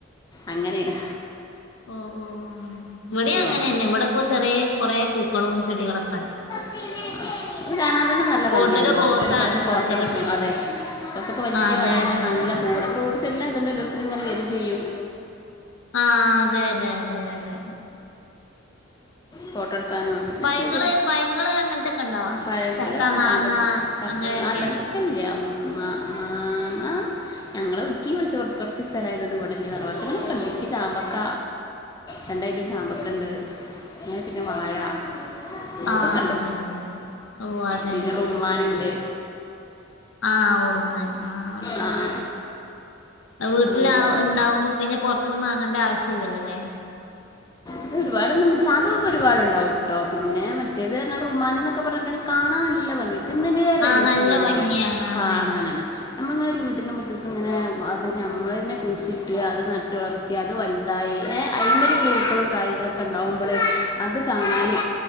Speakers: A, on the left; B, on the left.
A: അങ്ങനേണ്
B: ഓഹ് ഓഹ് വ്ടേം അങ്ങനേന്നെ
A: വേണം
B: വ്ടെപ്പൊ ചെറേ കുറേ പൂക്കളും ചെടികളൊക്കെണ്ട്
A: ആഹ് അത് കാണാൻ തന്നെ നല്ല
B: കൂടുതലും
A: ഭംഗിയാണല്ലോ
B: റോസാണ്
A: ഓരോരുത്തര് വന്ന്
B: കൂടുതലുള്ളത്
A: ഫോട്ട് ത്തട്ക്കും അതെ ബസൊക്കെ വല്ല്യ
B: ആഹ് അതെ
A: മരയിങാണ്ട്
B: അതെ അതെ
A: നല്ല പൂവ്‌ടും റോഡ് സെല്ല ഇതോണ്ടോരോരുത്തര്ങ്ങനെ വരും ചെയ്യും
B: ആഹ് അതെ അതെ അതെ അതെ
A: ഫോട്ടോ എടുക്കാനോ അങ്ങനൊക്കെ
B: പയങ്ങള്
A: വരും
B: പയങ്ങള് അങ്ങനത്തൊക്കെ ഉണ്ടോ
A: പഴങ്ങള്
B: ചക്ക
A: ആഹ്
B: മാങ്ങ
A: ചാമ്പ ചക്ക
B: അങ്ങനെയൊക്കെ
A: ആഹ് ചക്ക ചക്കല്യാ മ മാങ്ങാ ഞങ്ങള് ഒതുക്കിവെളിച്ച കൊറച്ച് സ്ഥലായതോണ്ട് ഇവിടില്ല തറവാട്ടുകളൊക്കെണ്ട് ഇക്ക് ചാമ്പക്ക രണ്ടിയ്റ്റം ചാമ്പക്കണ്ട് ഏഹ് പിന്നെ വാഴ ഉം
B: ആഹ്
A: അതൊക്കെണ്ട്
B: അതെ അതെ ഓഹ് അതെ
A: പിന്നെ
B: അതെ
A: റുമ്മാനിണ്ട്
B: ആഹ് ഒറുമ്മാൻ ആഹ് ആഹ്
A: ആ ആ
B: ആഹ് വീട്ടില്
A: ആ, അങ്ങനെയൊക്കെ
B: ആഹ് ഉണ്ടാവുമ്പോ പിന്നെ പുറത്തിന്നും മാങ്ങേണ്ട ആവശ്യം ഇല്ലല്ലോല്ലേ <inaudible>
A: ഇത് ഒരുപാടൊന്നും ചാമ്പൊക്കെ ഒരുപാടുണ്ടാവെട്ടോ പിന്നെ മറ്റേത് എന്നാ റുമാന് എന്നൊക്കെ പറഞ്ഞെഞങ്ങനാ കാണാൻ നല്ല ഭംഗി തിന്നീണേറെ
B: ആഹ്
A: രസന്താന്നറിയോ
B: നല്ല ഭംഗിയാണ് അതെ
A: കാണാനാണ്
B: അതെ
A: നമ്മളിങ്ങനെ ഒരു വീട്ടിൻ്റെ മുറ്റത്തിത്ത് ഇങ്ങനെ അത് ഞമ്മൾ തന്നെ കുഴിച്ചിട്ട് അത് നട്ടു വളർ ക്ക് അത് വൽതായി ഏഹ് അയ്മല് പൂക്കളും കായ്കളൊക്കെ ഇണ്ടാവുമ്പളെ അത് കാണാന്